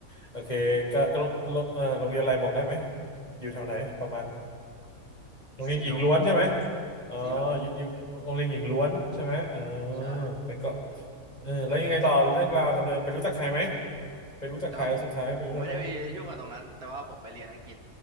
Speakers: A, on the left; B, on the right.
A: โอเคก็ก็โรงเออโรงเรียนอะไรบอกได้ไหมอยู่แถวไหนประมาณโรงเรียนหญิงล้วนใช่ไหม
B: สีลม
A: อ๋ออยู่อยู่โรงเรียนหญิงล้วนใช่ไหมเออ
B: สีลมใช่
A: ไปก็เออแล้วยังไงต่อเรื่องราวดำเนินไปรู้จักใครไหมไปรู้จักใครแล้วสุดท้ายไปรู้จักใครไหม
B: แต่ว่าผมผมไม่ได้ไปยุ่งกับตรงนั้นแต่ว่าผมไปเรียนอังกฤษ